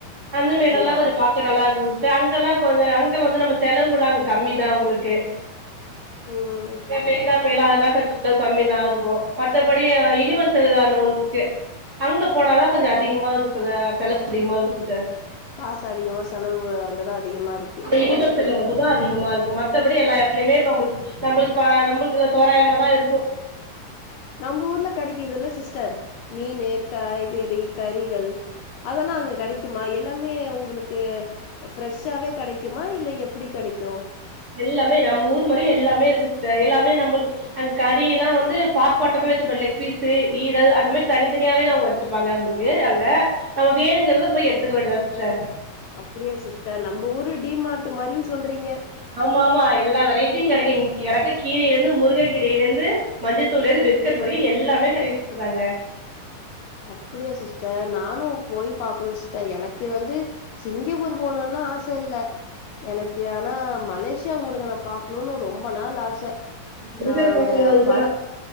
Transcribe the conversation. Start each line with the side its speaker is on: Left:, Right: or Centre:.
Right: அந்த
Left: அப்டியா
Right: மேடலா கொஞ்சோ பாக் நல்லாருக்கு சிஸ்டர் அங்கல்லா கொஞ்சோ அங்க வந்து நம்ம செலவுலா அங்க கம்மிதா உங்குளுக்கு
Left: ம்
Right: மெ மெரினா ல்லா அதெல்லா கம்மிதாருக்கு மத்தபடி யூனிவர்சல்ல அந்த ஒன்னுருக்கு அங்க போனாதா கொஞ்சோ அதிகமா இருக்கு செலவு அதிகமா இருக்கு சிஸ்டர்
Left: காசு அதிகமா செலவு அங்கதா அதிகமா இருக்கு
Right: அந்த யுனிவர்சல்ல மட்டுதா அதிகமா இருக்கு மத்தபடி எல்லா எடத்திலயுமே நம்முளுக்கு நம்புளுக் பா நம்புளுக்கு தோராயமாதா இருக்கு
Left: நம்ம ஊர்ல கெடைக்குதுல சிஸ்டர் மீனு காய்கறி கறிகள் அதெல்லா அங்க கடைக்குமா எல்லாமே உங்குளுக்கு ஃப்ரெஷ்ஷாவே கடைக்குமா இல்ல எப்புடி கடைக்கு
Right: எல்லாமே நம்ம ஊர் மாரி எல்லாமே இருக்கு சிஸ்டர் எல்லாமே நம்ளுக்கு அங்க கறிலா வந்து பாட் பாட்டாவே வெச்சிப்பாங் லெக் பீஸு ஈரல் அந்த மாரி தனித்தனியாவேதா அவுங்க வெச்சிருப்பாங்க உங்குளுக் கு அங்க நம்ம வேணுங்கறத போய் எடுத்துக்க வேண்டிதா சிஸ்டர்
Left: அப்புடியா சிஸ்டர் நம்ப ஊரு டி மார்டு மாரின் சொல்றீங்க
Right: ஆமா ஆமா எல்லா வெரைட்டியு கடைக்கு இங்க கடக்க கீரைல இருந்து முருக கீரைல இருந்து மஞ்சத்தூள்லருந்து பிஸ்கெட் வரிக்கு எல்லாமே கடைக்கு சிஸ்டர் அங்க
Left: அப்புடியா சிஸ்டர் நானு போய் பாக்கணு சிஸ்டர் எனக்கு வந்து சிங்கப்பூர் போனுலா ஆச இல்ல எனக்கு ஆனா மலேசியா முருகன பாக்கணுனு ரொம்ப நாள் ஆச
Right: முருகர
Left: நா அந்த
Right: பாக்கணு அதுதா
Left: பட